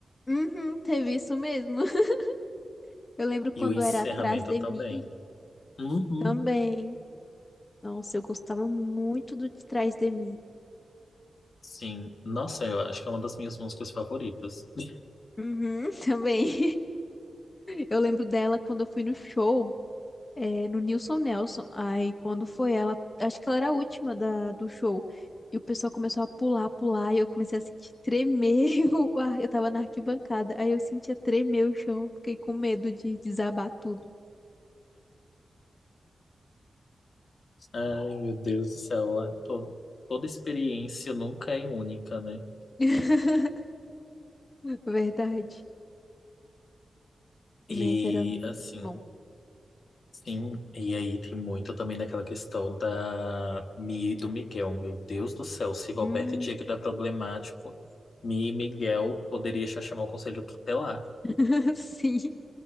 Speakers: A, on the left; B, on the left.
A: Uhum, teve isso mesmo. <laughs> Eu lembro quando
B: E o encerramento
A: era Atrás de
B: também.
A: Mim
B: Uhum.
A: também. Nossa, eu gostava muito do de Trás de Mim.
B: Sim, nossa, eu acho que é uma das minhas músicas favoritas. <laughs>
A: Uhum, <laughs> também. Eu lembro dela quando eu fui no show. é, no Nilson Nelson. Aí quando foi ela, acho que ela era a última da, do show. E o pessoal começou a pular, pular, e eu comecei a sentir tremer <laughs> o ar. Eu tava na arquibancada, aí eu sentia tremer o chão, fiquei com medo de desabar tudo.
B: Ai, meu Deus do céu, a- to- toda experiência nunca é única, né?
A: <laughs> Verdade.
B: E
A: Mas era mu-
B: assim,
A: bom.
B: sim, e aí tem muito também naquela questão da Mi e do Miguel. Meu Deus do céu, se Roberto
A: Hum,
B: e Diego era problemático, Mi e Miguel poderia já chamar o conselho tutelar.
A: <laughs> sim.